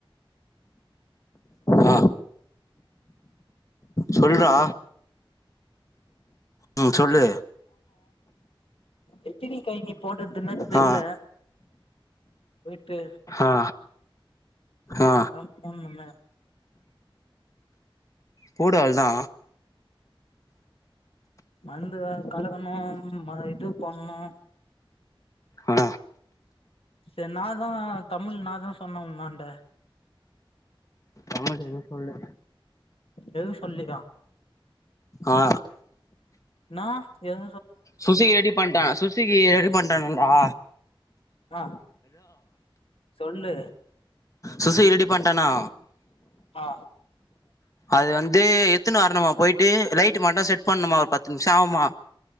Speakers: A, on the left; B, on the left.
A: ஆ சொல்றா
B: ஆ
A: ம் சொல்லு
B: எத்துவி காய நீ போட்டதுன்னு தெர்ல
A: ஆ
B: ட்டு
A: ஆ ஆ
B: ரம் போன் பண்ண
A: போடு அவ்ள்தா
B: மர்ந்து கலகணு ம இது பண்ணு
A: ஆ
B: செர் நாதா தமிழ் நாதா சொன்ன உன்னாண்ட
A: வேற எது சொல்ல
B: எதுவு சொல்லியா
A: ஆ
B: ஆ எத
A: சுசிகி ரெடி பண்ட சுசிகி ரெடி பண்டானாடா
B: ரா சொல்லு
A: சுசுகி ரெடி பண்ட்டானா
B: ஆ
A: அது வந்து எத்துனு வரணுமா போயிட்டு லைட்டு மட்டு செட் பண்ணுமா ஒரு பத்து நிமிஷ ஆவ்மா